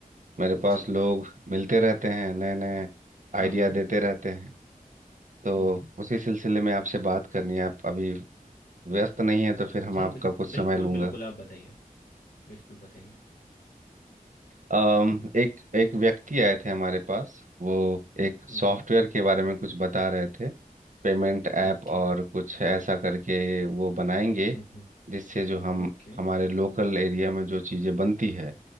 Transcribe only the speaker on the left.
जी।
हाँ,
हाँ।
हुँ।
जी,
बिल
बिल्कुल,
बिल्कुल, आप बताइए। बिल्कुल बताइए।
हुँ,
हुँ।
ओके।
हुँ, हुँ।
Okay,